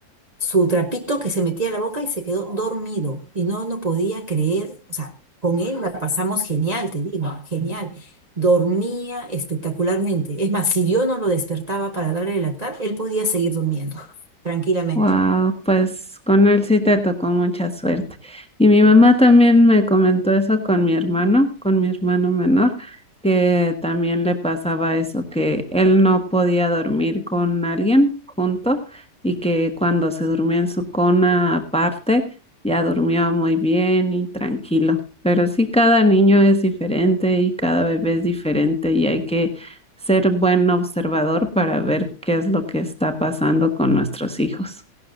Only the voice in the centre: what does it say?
Wow, pues con él sí te tocó mucha suerte. Y mi mamá también me comentó eso con mi hermano, con mi hermano menor, que también le pasaba eso, que él no podía dormir con alguien junto y que cuando se durmió en su cona aparte, ya durmió muy bien y tranquilo. Pero sí, cada niño es diferente y cada bebé es diferente y hay que ser buen observador para ver qué es lo que está pasando con nuestros hijos.